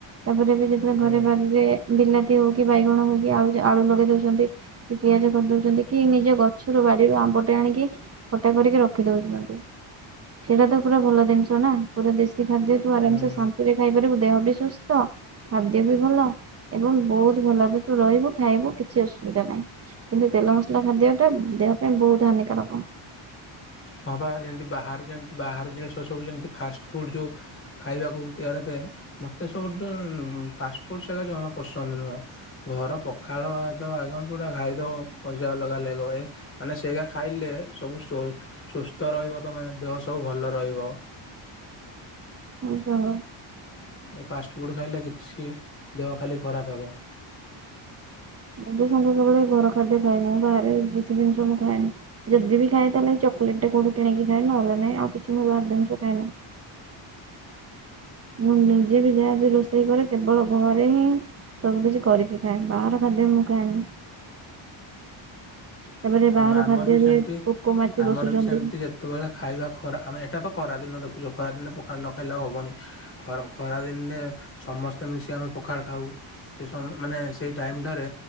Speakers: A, on the right; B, on the left.
A: ତାପରେ ବି ଯେତେବେଳେ
B: ହୁଁ
A: ଘରେ ବାଡିରେ ବିଲା ତି ହୋଉ କି ବାଇଗଣ ହୋଉ କି ଆଳୁ ଯା ଆଳୁ ଲଗେଇ ଦଉଚନ୍ତି। କି ପିଆଜ କରିଦଉଚନ୍ତି କି ନିଜ ଗଛରୁ ବାଡିରୁ ଆମ୍ବଟେ ଆଣିକି। ଖଟା କରିକି ରଖି ଦଉଚନ୍ତି। ସେଟା ତ ପୁରା ଭଲ ଜିନିଷ ନା। ପୁରା ଦେଶୀ ଖାଦ୍ୟ ତୁ ଆରାମସେ
B: ହୁଁ
A: ଶାନ୍ତିରେ ଖାଇପାରିବୁ ଦେହ ବି ସୁସ୍ଥ। ଖାଦ୍ୟ ବି ଭଲ ଏବଂ ବୋହୁତ ଭଲରେ ତୁ ରହିବୁ ଖାଇବୁ କିଛି ଅସୁବିଧା ନାହିଁ। କିନ୍ତୁ ତେଲ ମସଲା ଖାଦ୍ୟଟା ଦେହ ପାଇଁ ବୋହୁତ ହାନିକାରକ।
B: ହଁ ପା ଯେମିତି ବାହାରେ ଯେମିତି ବାହାର ଜିନିଷ ସବୁ ଯେମିତି ଫାଷ୍ଟଫୁଡ ଯୋଉ ଖାଇବାକୁ ତିଆରି ହୋଇଥାଏ। ମତେ ସବୁଟୁ ଫାଷ୍ଟ ଫୁଡ ସେଗା ଜମା ପସନ୍ଦ ନୁହଁ। ଘର ପଖାଳ ଭାତ ବାଇଗଣ ପୋଡା ଖାଇଦବ ମଜା ଅଲାଗା ଲାଗିବ ଏ ମାନେ ସେଇଗା ଖାଇଲେ ସବୁ ସୁ-ସୁସ୍ଥ ରହିବ ତମେ ଦେହ ସବୁ ଭଲ ରହିବ।
A: ଆଚ୍ଛା ହୋଉ।
B: ଏଇ ଫାଷ୍ଟଫୁଡ୍ ଖାଇଲେ କିଛି ଦେହ ଖାଲି ଖରାପ ହବ।
A: ମୁଁ ତ ସବୁବେଳେ ଏ ଘର ଖାଦ୍ୟ ଖାଏ। ମୁଁ ବାହାରେ କିଛି ଜିନିଷ ମୁଁ ଖାଏନି। ଯଦି ବି ଖାଏ ତାହେଲେ ଚକୋଲେଟ୍ ଟେ କୋଉଠୁ କିଣିକି ଖାଏ ନହେଲେ ନାଇଁ ଆଉ କିଛି ମୁଁ ବାହାର ଜିନିଷ ଖାଏ ନାହିଁ। ମୁଁ ନିଜେ ବି ଯାହାବି ରୋଷେଇ କରେ କେବଳ ଘରେ ହିଁ ସବୁକଛି କରିକି ଖାଏ ବାହାର ଖାଦ୍ୟ ମୁଁ ଖାଏନି। ତାପରେ ବାହାର
B: ହଁ ଆମର
A: ଖାଦ୍ୟରେ
B: ବି ସେମିତି
A: ପୋକ ମାଛି
B: ଆମର
A: ବସୁଛନ୍ତି।
B: ବି ସେମତି ଯେତେବେଳେ ଖାଇବା ଖରା ଆମେ ଏଇଟା ତ ଖରା ଦିନ ଦେଖୁଚ ଖରା ଦିନେ ପଖା ନଖାଇଲେ ଆଉ ହବନି। ଖରା ଖରା ଦିନେ ସମସ୍ତେ ମିଶି ଆମେ ପଖାଳ ଖାଉ। ସେ ସମ ମାନେ ସେଇ ଟାଇମଟାରେ